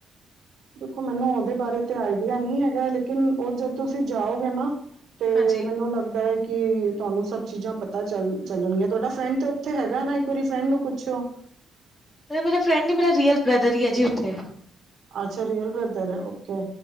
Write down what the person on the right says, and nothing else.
ਦੇਖੋ ਮੈਨੂੰ ਉਹਦੇ ਬਾਰੇ ਤੇ ਆਈਡੀਆ ਨਹੀਂ ਹੈਗਾ, ਲੇਕਿਨ ਉਹ ਜਦ ਤੁਸੀਂ ਜਾਓਗੇ ਨਾ ਤੇ
ਮੈਨੂੰ ਲੱਗਦਾ ਹੈ ਕਿ ਤੁਹਾਨੂੰ ਸਭ ਚੀਜ਼ਾਂ ਪਤਾ ਚੱਲ ਚੱਲਣਗੀਆਂ ਤੁਹਾਡਾ ਫਰੈਂਡ ਤਾਂ ਉੱਥੇ ਹੈਗਾ ਨਾ ਇੱਕ ਵਾਰੀ ਫਰੈਂਡ ਨੂੰ ਪੁੱਛਿਓ।
ਅੱਛਾ, ਰੀਅਲ ਬ੍ਰਦਰ ਹੈ ਓਕੇ